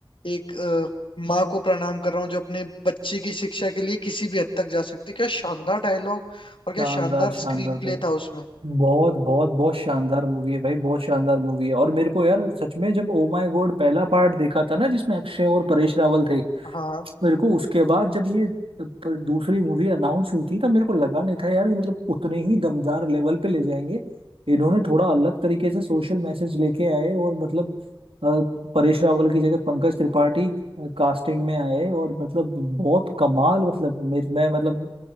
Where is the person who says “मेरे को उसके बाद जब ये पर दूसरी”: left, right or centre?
Right